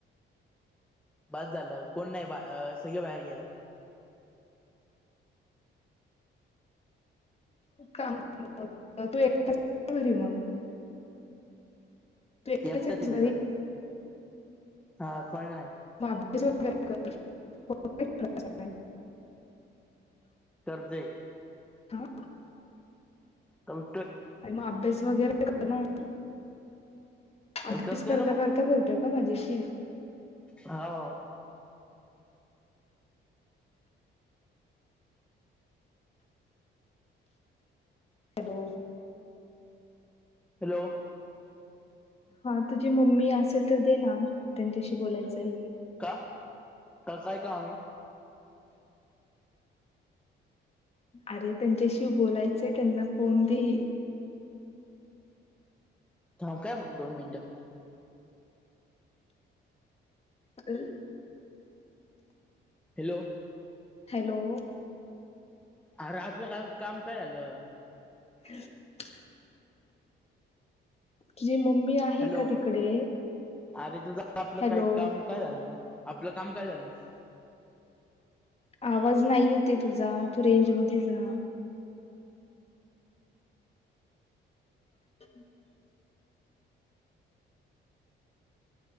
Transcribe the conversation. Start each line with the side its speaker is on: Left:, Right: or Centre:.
Centre: बस झालं कोण नाही बा सगळे बाहेर गेलेत.
Left: <unintelligible> तू एकटाच
Centre: एकटाचय
Left: आहेस
Centre: मी घरी. हा. कोणी नाही
Left: <inaudible>
Centre: कर्जे.
Left: काय?
Centre: का
Left: आणि मग अभ्यास वगैरे करणार ना, अभ्यास
Centre: करतोय
Left: करता करता बोलतोय का माझ्याशी?
Centre: हा ओ,
Left: हॅलो,
Centre: हॅलो,
Left: हा तुझी मम्मी असेल तर दे ना त्यांच्याशी बोलायचंय.
Centre: का का काय काम आहे?
Left: अरे त्यांच्याशी बोलायचंय त्यांना फोन दे.
Centre: थांब काय मग दोन मिनिटं
Left: अर्र <inaudible>
Centre: हॅलो,
Left: हॅलो,
Centre: अरे आपलं काय काम काय झालं.
Left: <unintelligible> तुझी मम्मी आहे
Centre: हॅलो
Left: का तिकडे.
Centre: अरे त आपलं
Left: हॅलो
Centre: काय काम काय झालं आपलं काम काय झालं.
Left: आवाज नाही येते तुझा तू रेंज मध्ये जा <inaudible>